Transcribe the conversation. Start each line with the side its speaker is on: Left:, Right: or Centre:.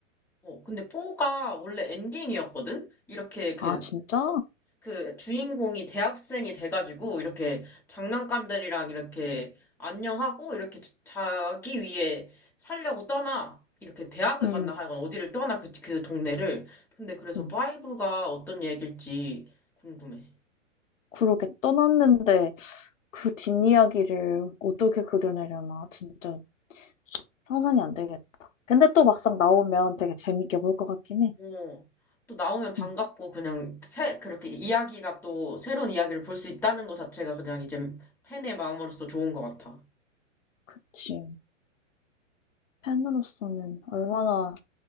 Centre: 어, 근데 포가 원래 엔딩이었거든? 이렇게 그,
Left: 아, 진짜?
Centre: 서, 그 주인공이 대학생이 돼가지고 이렇게 장난감들이랑 이렇게 안녕하고 이렇게 자- 자기 위해 살려고 떠나. 이렇게 대학을
Left: 응.
Centre: 갔나 하여간 어디를 떠나 그, 그 동네를. 근데 그래서
Left: 응.
Centre: 파이브가 어떤 얘길지 궁금해.
Left: 그렇게 떠났는데 그 뒷이야기를 어떻게 그려내려나 진짜 상상이 안 되겠다. 근데 또 막상 나오면 되게 재밌게 볼 것 같긴 해.
Centre: 어, 또 나오면 반갑고
Left: 응,
Centre: 그냥 새, 그렇게 이야기가 또 새로운 이야기를 볼 수 있다는 것 자체가 그냥 이제 팬의 마음으로서 좋은 것 같아.
Left: 그치. 팬으로서는 얼마나